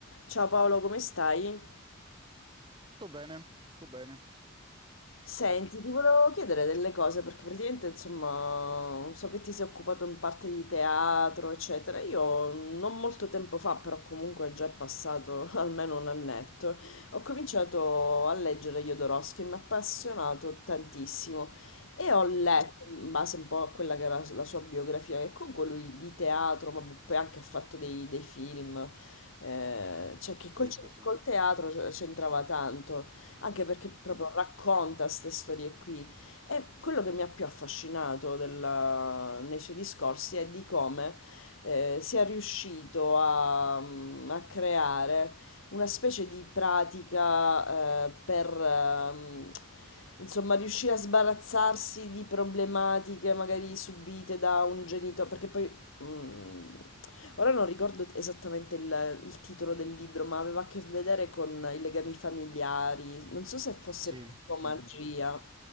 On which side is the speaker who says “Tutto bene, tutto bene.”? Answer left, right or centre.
Right